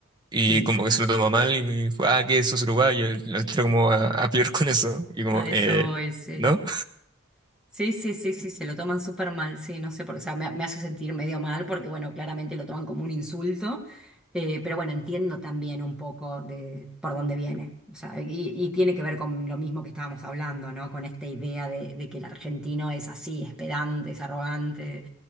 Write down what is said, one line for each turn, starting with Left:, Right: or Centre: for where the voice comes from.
Right: Y
Centre: Mm.
Right: como que se lo tomó mal y me dijo, ah, que sos uruguayo, y lo tiro como a, a pelear con eso. Y como,
Centre: a eso
Right: eh,
Centre: voy, sí.
Right: ¿no?
Centre: Sí, sí, sí, sí, se lo toman súper mal, sí, no sé por qué, o sea, me, me hace sentir medio mal porque, bueno, claramente lo toman como un insulto, eh, pero bueno, entiendo también un poco de por dónde viene, o sea, y, y tiene que ver con lo mismo que estábamos hablando, ¿no? Con esta idea de, de que el argentino es así, es pedante, es arrogante,